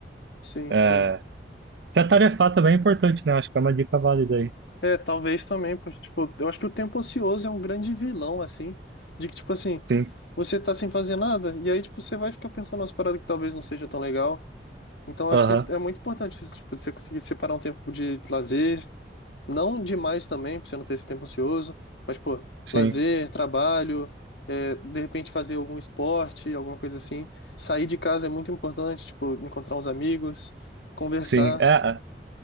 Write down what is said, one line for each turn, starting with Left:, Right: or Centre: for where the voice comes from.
Left: Sim,
Right: É,
Left: sim.
Right: se atarefar também é importante, né? Acho que é uma dica válida aí.
Left: É, talvez também, porque, tipo, eu acho que o tempo ocioso é um grande vilão, assim, de que, tipo assim,
Right: Sim,
Left: você tá sem fazer nada e aí, tipo, você vai ficar pensando nas paradas que talvez não seja tão legal. Então, eu
Right: aham,
Left: acho que é muito importante isso, tipo, você conseguir separar um tempo de lazer, Não demais também, pra você não ter esse tempo ansioso, mas, pô,
Right: sim,
Left: lazer, trabalho, é, de repente fazer algum esporte, alguma coisa assim. Sair de casa é muito importante, tipo, encontrar uns amigos, conversar.
Right: sim, é, é,